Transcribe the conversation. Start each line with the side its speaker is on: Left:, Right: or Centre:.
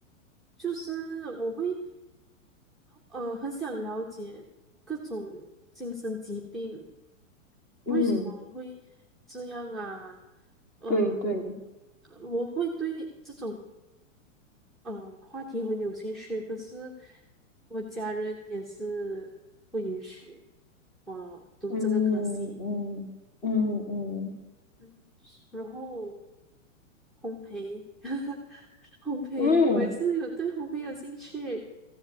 Centre: 就是我会呃很想了解各种精神疾病
Left: 嗯，
Centre: 为什么会这样啊？嗯，
Left: 对对，
Centre: 我会对这种嗯、呃话题很有兴趣，可是我家人也是不允许我读这个科系。
Left: 嗯嗯嗯嗯
Centre: 嗯，然后烘焙，<laughs> 烘焙，
Left: 嗯
Centre: 我也是有对烘焙有兴趣。